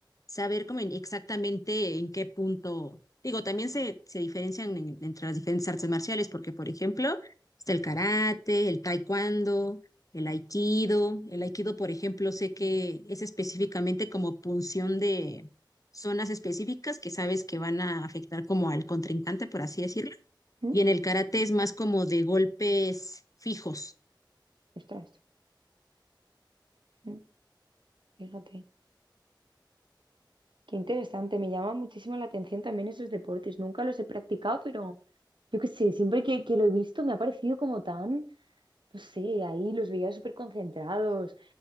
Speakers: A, on the left (about 45°); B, on the right (about 75°).
A: saber como en- exactamente en qué punto. Digo, también se, se diferencian en- entre las diferentes artes marciales, porque por ejemplo, está el karate, el taekwondo, el aikido. El aikido, por ejemplo, sé que es específicamente como punción de zonas específicas que sabes que van a afectar como al contrincante, por así decirlo.
B: Mm,
A: Y en el karate es más como de golpes fijos.
B: Ostras, mm, fíjate. Qué interesante, me llama muchísimo la atención también esos deportes. Nunca los he practicado, pero yo qué sé, siempre que, que lo he visto me ha parecido como tan, no sé, ahí los veía súper concentrados